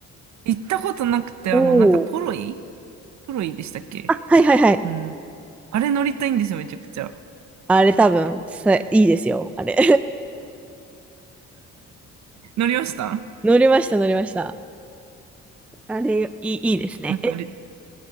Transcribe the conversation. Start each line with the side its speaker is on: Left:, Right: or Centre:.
Right: 行ったことなくて、
Centre: おおー、
Right: あの、なんかトロイトロイでしたっけ
Centre: あ、はいはいはい。
Right: うん。あれ乗りたいんですよ、めちゃくちゃ。
Centre: あれ多分、さ、いいですよ、あれ。
Right: 乗りました
Centre: <laughs> 乗りました、乗りました。あれ、いい、いいですね。
Right: なんか、
Centre: え、
Right: り